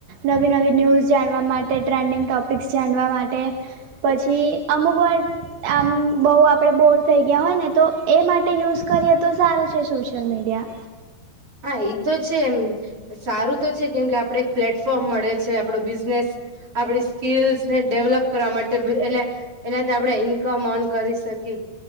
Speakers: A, on the right; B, on the right.
A: નવી નવી ન્યૂઝ જાણવા માટે ટ્રેન્ડિંગ ટોપિક્સ જાણવા માટે પછી અમુક વાર આમ બહુ આપડે બોર થઈ ગયા હોય ને તો એ માટે યુઝ કરીએ તો સારું છે સોશિયલ મીડિયા
B: હા એ તો છે એમ સારું તો છે કેમ કે આપડે એક પ્લેટફોર્મ મળે છે આપણો બિઝનેસ આપડી સ્કીસ ને ડેવલપ કરવા માટે તએને એનાથી આપણે ઇન્કમ ઓન કરી શકીએ